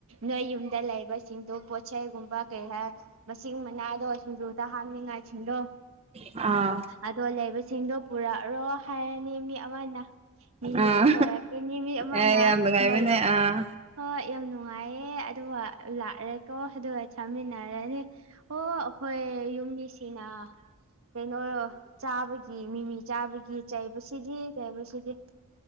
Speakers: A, on the right (about 70°); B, on the right (about 30°).
A: ꯅꯣꯏ ꯌꯨꯝꯗ ꯂꯩꯕꯁꯤꯡꯗꯨ ꯄꯣꯠꯆꯩꯒꯨꯝꯕ ꯀꯩꯀꯔ ꯃꯁꯤꯡ ꯃꯅꯥꯗꯣ ꯁꯤꯡꯖꯨꯗ ꯍꯥꯞꯅꯤꯡꯉꯥꯏꯁꯤꯡꯗꯣ꯫
B: ꯑꯥ
A: ꯑꯗꯣ ꯂꯩꯕꯁꯤꯡꯗꯣ ꯄꯨꯔꯛꯔꯣ ꯍꯥꯏꯔꯅꯤ ꯃꯤ ꯑꯃꯅ ꯃꯤꯅꯤ
B: ꯑꯥ
A: ꯄꯨꯊꯣꯔꯛꯀꯦ꯫ ꯃꯤ ꯑꯃꯅꯥ
B: ꯑꯦ ꯌꯥꯝ ꯅꯨꯡꯉꯥꯏꯕꯅꯦ
A: ꯃꯔ
B: ꯑꯥ
A: ꯍꯣꯏ ꯌꯥꯝ ꯅꯨꯡꯉꯥꯏꯌꯦ ꯑꯗꯨꯒ ꯂꯥꯛꯔꯦꯀꯣ ꯑꯗꯨꯒ ꯆꯥꯃꯤꯟꯅꯔꯅꯤ꯫ ꯑꯣ ꯑꯩꯈꯣꯏ ꯌꯨꯝꯃꯤꯁꯤꯡꯅ꯫ ꯀꯩꯅꯣꯣ ꯆꯥꯕꯒꯤ ꯃꯤꯃꯤ ꯆꯥꯕꯒꯤ ꯆꯩꯕꯁꯤꯗꯤ ꯆꯩꯕꯁꯤꯗꯤ